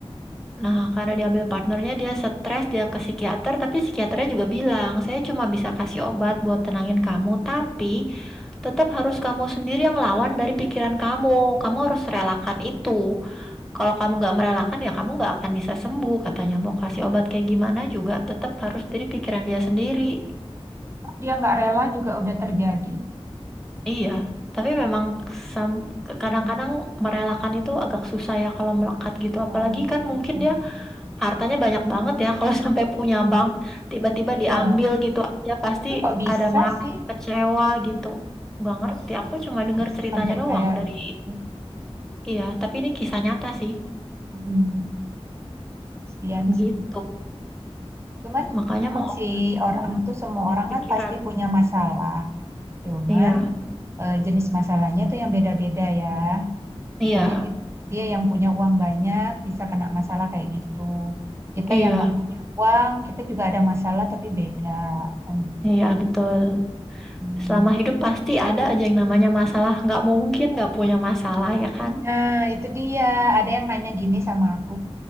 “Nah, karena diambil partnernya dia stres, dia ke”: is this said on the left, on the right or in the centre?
Centre